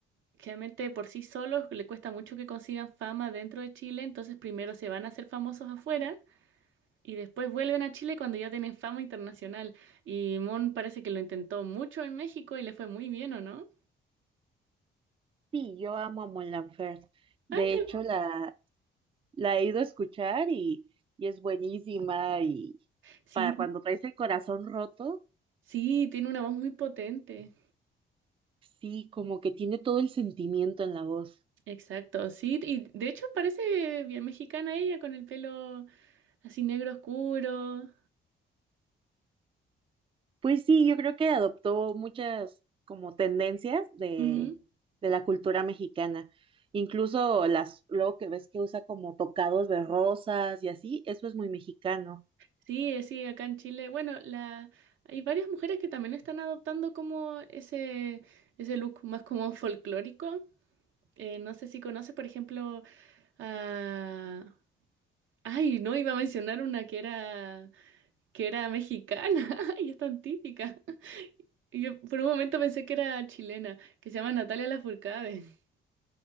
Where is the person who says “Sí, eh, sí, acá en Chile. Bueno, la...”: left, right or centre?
Right